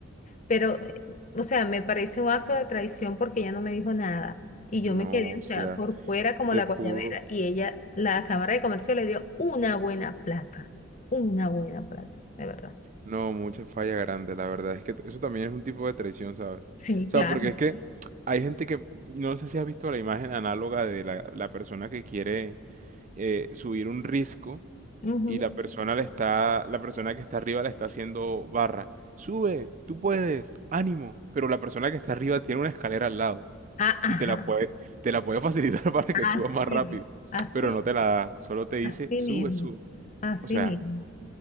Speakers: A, on the left; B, on the right.
A: Pero, eh, o sea, me parece un acto de traición porque ella no me dijo nada. Y yo
B: No,
A: me quedé, o
B: o
A: sea,
B: sea,
A: por fuera como
B: te
A: la
B: pudo,
A: guayabera y ella, la Cámara de Comercio le dio una buena plata, una buena plata, de verdad.
B: No, mucha falla grande, la verdad. Es que t- eso también es un tipo de traición, ¿sabes?
A: Sí,
B: O sea,
A: claro.
B: porque es que hay gente que, no sé si has visto la imagen análoga de la, la persona que quiere eh, subir un risco
A: Ujú.
B: y la persona le está, la persona que está arriba le está haciendo barra. Sube, tú puedes, ánimo. Pero la persona que está arriba tiene una escalera al lado
A: Ah, ajá,
B: y te la puede, te la puede facilitar <laughs> para
A: así,
B: que subas más rápido,
A: así,
B: pero no te la da, solo te dice,
A: así
B: sube,
A: mismo,
B: sube.
A: así
B: O sea,
A: mismo.